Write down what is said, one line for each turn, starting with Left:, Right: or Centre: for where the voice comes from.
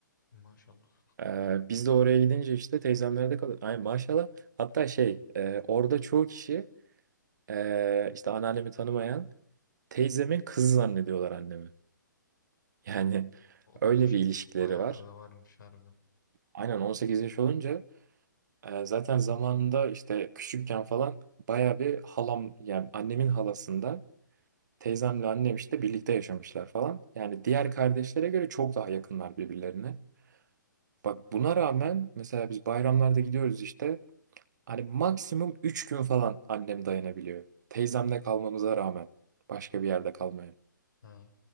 Left: Maşallah.
Right: Ee, biz de oraya gidince işte teyzemlerde kalıyoruz. Ay maşallah hatta şey e, orada çoğu kişi e, işte anneannemi tanımayan teyzemin kızı zannediyorlar annemi. Yani
Left: O,
Right: öyle
Left: o şey
Right: bir ilişkileri
Left: ki bayağı
Right: var.
Left: da varmış harbiden.
Right: Aynen 18 yaş olunca e, zaten zamanında işte küçükken falan baya bir halam yani annemin halasında teyzemle annem işte birlikte yaşamışlar falan. Yani diğer kardeşlere göre çok daha yakınlar birbirlerine. Bak buna rağmen mesela biz bayramlarda gidiyoruz işte hani maksimum 3 gün falan annem dayanabiliyor. Teyzemle kalmamıza rağmen başka bir yerde kalmaya.
Left: Ha.